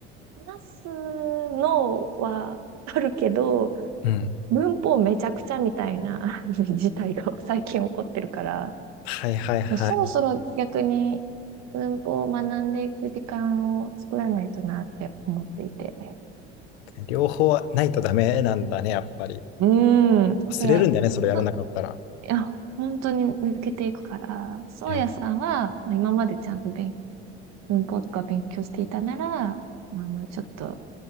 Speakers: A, on the right; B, on the left.
A: 話すのはあるけど、
B: うん。
A: 文法めちゃくちゃみたいな <laughs> 事態が最近起こってるから、
B: はいはいはい。
A: そうそろそろ逆に文法を学んでいく時間を作らないとなって思っていて。
B: 両方はないとダメなんだね、やっぱり。
A: うーん。だから、
B: 忘れるんだね、それやらなかったら。
A: そう、いや、本当に抜けていくから、そうやさんは、
B: え、
A: 今までちゃんと勉文法とか勉強していたなら、あの、ちょっと